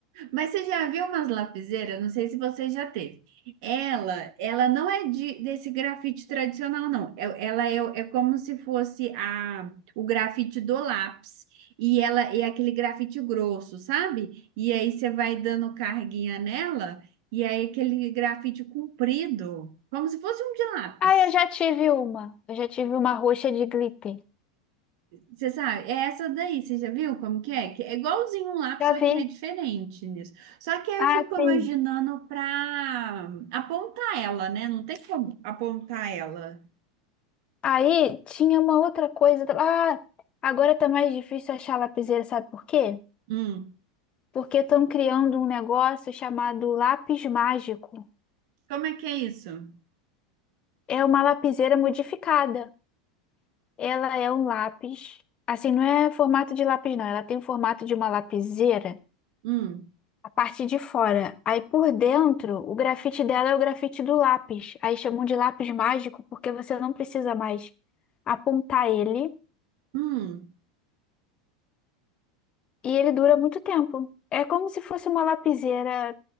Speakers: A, on the right (about 65°); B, on the left (about 35°).
A: Mas você já viu umas lapiseiras? Não sei se você já teve. Ela, ela não é de- desse grafite tradicional, não. É- Ela é, é como se fosse a, o grafite do lápis. E ela é aquele grafite grosso, sabe? E aí você vai dando carguinha nela, e aí aquele grafite comprido, como se fosse um de lápis.
B: Ah, eu já tive uma. Eu já tive uma roxa de glitter.
A: Você sabe, é essa daí, você já viu como que é? Que é igualzinho um lápis,
B: Já
A: só
B: vi.
A: que é diferente nisso. Só que aí
B: Ah,
A: eu fico
B: sim.
A: imaginando pra apontar ela, né? Não tem como apontar ela.
B: Aí tinha uma outra coisa. Ah, agora tá mais difícil achar lapiseira, sabe por quê?
A: Hum.
B: Porque estão criando um negócio chamado lápis mágico.
A: Como é que é isso?
B: É uma lapiseira modificada. Ela é um lápis. Assim, não é formato de lápis, não. Ela tem o formato de uma lapiseira.
A: Hum.
B: A parte de fora. Aí por dentro, o grafite dela é o grafite do lápis. Aí chamam de lápis mágico porque você não precisa mais apontar ele
A: Hum.
B: e ele dura muito tempo. É como se fosse uma lapiseira